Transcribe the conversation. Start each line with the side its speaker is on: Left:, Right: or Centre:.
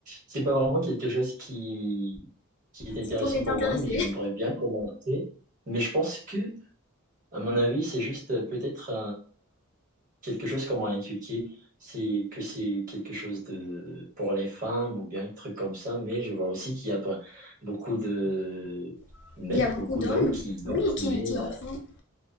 Right: c'est pas vraiment quelque chose qui, qui est intéressant
Left: Ça pourrait t'intéresser.
Right: pour moi, mais j'aimerais bien commencer. Mais je pense que, à mon avis, c'est juste euh, peut-être quelque chose qu'on m'a inculqué, c'est que c'est quelque chose de pour les femmes ou bien un truc comme ça, mais je vois aussi qu'il y a pas- beaucoup de
Left: <laughs>
Right: mecs,
Left: Il y a beaucoup
Right: beaucoup
Left: d'hommes,
Right: d'hommes qui dansent,
Left: oui, qui,
Right: mais
Left: qui
Right: euh,
Left: en font